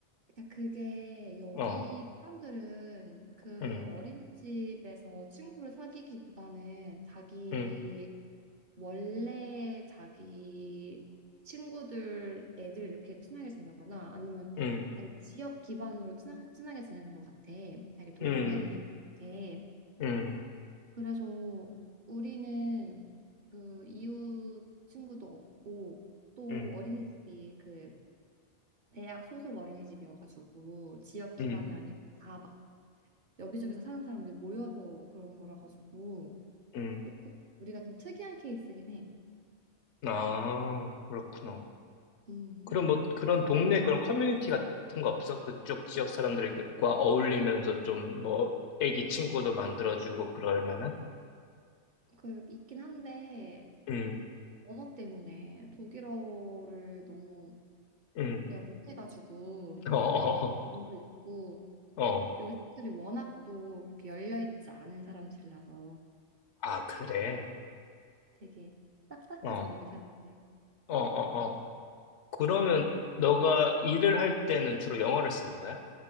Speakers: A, on the right; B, on the left.
A: 그러니까 그게 여기
B: 어,
A: 사람들은 그
B: 음,
A: 어린이집에서 친구를 사귀기보다는 자기
B: 음,
A: 원래 자기 친구들 애들 이렇게 친하게 지내거나 아니면
B: 음,
A: 자기 지역 기반으로 친하, 친하게 지내는 것 같아. 자기 동네
B: 음,
A: 이웃에.
B: 음,
A: 그래서 우리는 그 이웃 친구도 없고 또
B: 음,
A: 어린이집이 그 대학 소속 어린이집이어가지고 지역 기반이
B: 음,
A: 아니고 다 막 여기저기서 사는 사람들 모여서 그런 거라 가지고
B: 음.
A: 조금 우리가 좀 특이한 케이스긴 해.
B: 아, 그렇구나.
A: 음.
B: 그럼 뭐 그런 동네 그런 커뮤니티 같은 거 없어? 그쪽 지역 사람들과 어울리면서 좀 뭐 애기 친구도 만들어주고 그럴 만한?
A: 그 있긴 한데
B: 음,
A: 언어 때문에 독일어를 너무
B: 음,
A: 내가 못해가지고
B: <laughs> 어,
A: 좀
B: 어,
A: 어려움도 있고
B: 어. 어.
A: 또 여기 사람들이 워낙 또 그렇게 열려 있지 않은 사람들이라서
B: 아, 그래.
A: 되게 딱딱하잖아요,
B: 어,
A: 여기 사람들이.
B: 어, 어, 어. 그러면
A: 음,
B: 너가 일을 할 때는 주로 영어를 쓰는 거야?